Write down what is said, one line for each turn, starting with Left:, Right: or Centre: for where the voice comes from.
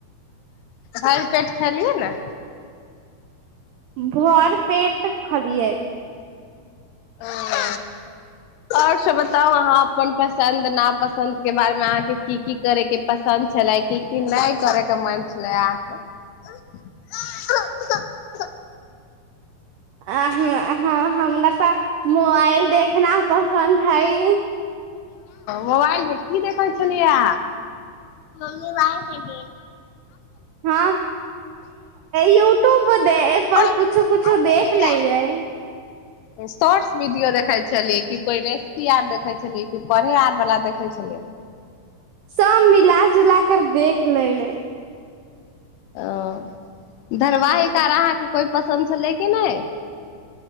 Left: हर पेट खेलियै ने
Right: भर पेट खालिए
Left: ह आओर सभ बताउ अहाँ अपन पसन्द नापसन्दके बारेमे अहाँके की की करयके पसन्द छलै की की नहि करयके मन छलै अहाँके <unintelligible>
Right: आ हँ हमरा तऽ मोबाइल देखना पर सन्धाय
Left: मोबाइल मे की देखै छलियए म्मी
Right: हँ यूट्यूब पर दे ए पर
Left: ओए बात
Right: कुछो कुछो
Left: करने
Right: देख लय
Left: दे
Right: हय
Left: शॉर्ट्स वीडियो देखै छलियै कि कोइ रेसिपी आर देखै छलियै कि पढ़े आर वालला देखै छलियै
Right: सब मिला जुला कर देख ल ले
Left: ओ धरवाहििक आ अहाँके कोइ पसन्द छलै किी नहि